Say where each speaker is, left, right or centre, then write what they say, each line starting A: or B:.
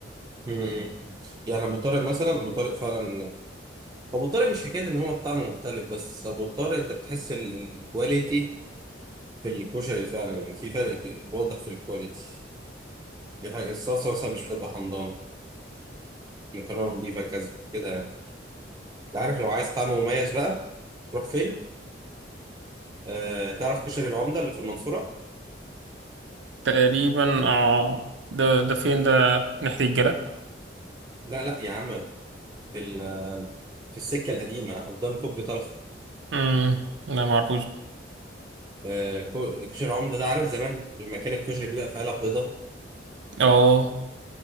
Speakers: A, on the right; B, on the right.
A: مم. <laughs> يعني ابو طارق مثلا ابو طارق فعلا ابو طارق مش حكايه ان هو الطعم مختلف بس ابو طارق انت بتحس ال- الكواليتي في الكشري فعلا يعني في فرق ك- واضح في الكواليتي دي حاجه الصلصه مثلا مش بتبقى حمضانه المكرونه نضيفه كذا كده يعني انت عارف لو عايز طعم مميز بقى روح فين آه تعرف كشري العمده اللي في المنصوره
B: تقريبا اه ده ده فين ده ناحية الجلاء
A: لا لا يا عم في ال- في السكه القديمه قدام كوبري طلخه
B: امم لا معرفوش ده
A: آه كو- كشري العمده ده عارف زمان المكان الكشري بيبقى في علب بيضاء
B: اه